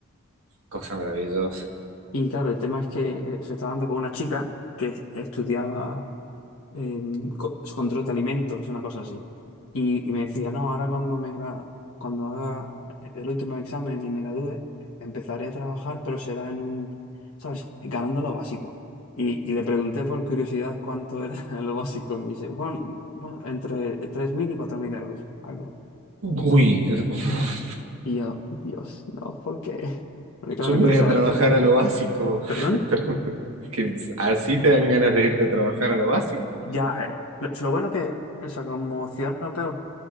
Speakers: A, on the right (about 85°); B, on the left (about 80°).
A: cosa maravillosa.
B: Y claro, el tema es que eh, se estaba dando con una chica que es- estudiaba eh, co- control de alimentos, una cosa así. Y, y me decía, no, ahora cuando me gra- cuando haga el último examen y me gradúe, eh, empezaré a trabajar, pero será en un, ¿sabes? Ganando lo básico. Y, y le pregunté por curiosidad cuánto era <laughs> lo básico. Y me dice, bueno, bueno, entre 3.000 y 4.000 euros, algo.
A: Uy, <laughs>
B: Y yo, Dios, no, ¿por qué? Porque claro,
A: yo me
B: aquí
A: voy
B: los
A: a
B: salarios...
A: trabajar a lo básico.
B: ¿Perdón?
A: <laughs> Que así te dan ganas de irte a trabajar a lo básico.
B: Ya, eh, lo lo bueno que, o sea, como ciudadano europeo,